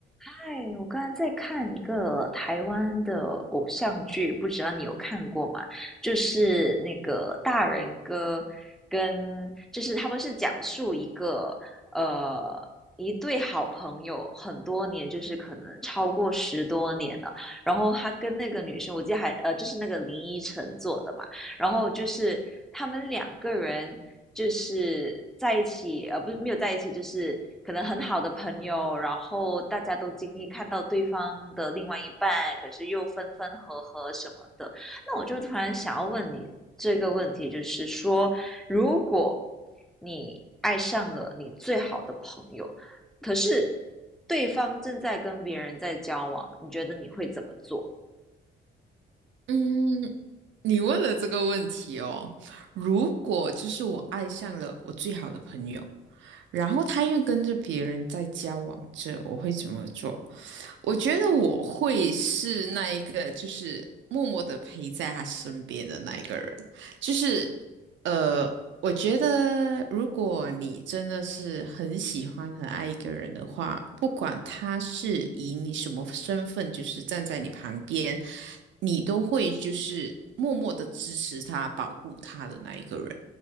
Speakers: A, in the centre; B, on the right.
A: 哎，我刚才在看一个台湾的偶像剧，不知道你有看过吗？就是那个大人哥跟，就是他们是讲述一个呃一对好朋友很多年，就是可能超过十多年了。然后他跟那个女生，我记得还呃就是那个林依晨做的嘛，然后就是他们两个人就是在一起，呃，不是没有在一起，就是可能很好的朋友，然后大家都经历看到对方的另外一半，可是又分分合合什么的。那我就突然想要问你这个问题，就是说，如果你爱上了你最好的朋友，可是对方正在跟别人在交往，你觉得你会怎么做？
B: 嗯，你问了这个问题哦。如果就是我爱上了我最好的朋友，然后他又跟着别人在交往着，我会怎么做？我觉得我会是那一个，就是默默的陪在他身边的那一个人。就是呃，我觉得如果你真的是很喜欢、很爱一个人的话，不管他是以你什么身份，就是站在你旁边，你都会就是默默的支持他、保护他的那一个人。